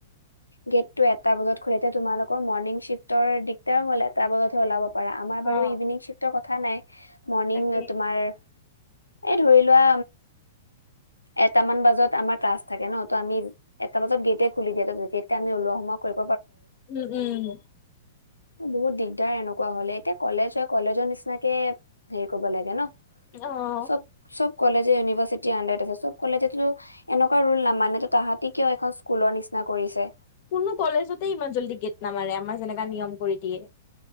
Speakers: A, on the left; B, on the left.
A: গেট টো এটা বজাত খোলে এতিয়া তোমালোকৰ মৰ্নিং শিফটৰ দিগদাৰ হ'ল এটা বজাতহে ওলাব আমাৰ বাৰো
B: অ
A: ইভিনিং চিপতৰ কথা কথা নাই। মৰ্ণিং
B: তাকে
A: তোমাৰ এ' ধৰি লোৱা এটা মান বাজত আমাৰ ক্লাছ থাকে ন' ত' আমি এটা বজাত গেটে খুলি দিয় ত' তেতিয়া আমি উলোৱা সোমোৱা কৰিম।
B: উম- উম
A: বহুত দিগদাৰ এনেকুৱা হলে এতিয়া কলেজ হয় কলেজৰ নিচিনাকে হেৰি কৰিব লাগে ন'।
B: অহ
A: চব চব কলেজে ইউনিভাৰচিতি আন্দাৰত চব কলে যেটো এনেকুৱা ৰোল নামানে তটো তাহাঁতি কিয় এখন স্কুলৰ নিচিনা কৰিছে।
B: কোনো কলেজতে ইমান জল্দি গেট নামাৰে আমাৰ যেনেকা নিয়ম কৰি দিয়ে।